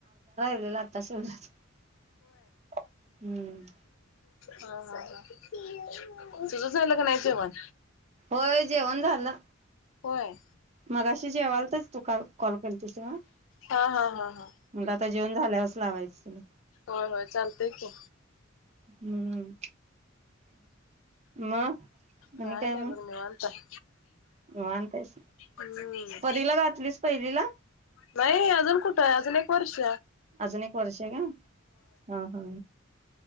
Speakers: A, on the right; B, on the left.
A: लाग <unintelligible> हम्म
B: ह-हं-हं तुझं झालं का नाही जेवण?
A: होय जेवण झालं.
B: होय?
A: मगाशी जेवायतीस तू काल कॉल केलीस तेव्हा?
B: हा हा हा हा
A: मग आता जेवूण झाल्यावरचं लावायचं.
B: होय होय चालतय कि.
A: हम्म मग आणि
B: काय नाही
A: मग
B: बघ निवांत हाय.
A: निवांत आहेस.
B: हम्म
A: परीला घातलीस पहिलीला?
B: नाही अजून कुठं आहे अजून एक वर्ष.
A: अजून एक वर्ष हाय काय. ह ह